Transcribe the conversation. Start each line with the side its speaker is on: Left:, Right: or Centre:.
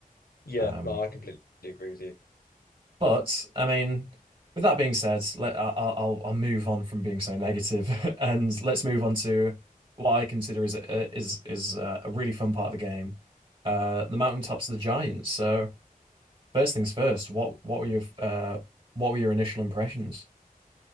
Left: Yeah,
Right: Um,
Left: no, I completely agree with you.
Right: but I mean, with that being said, let I, I'll I'll I'll move on from being so negative, <laughs> and let's move on to what I consider is a, is is uh, a really fun part of the game, uh, the Mountaintops of the Giants. So. First things first, what what were your uh what were your initial impressions?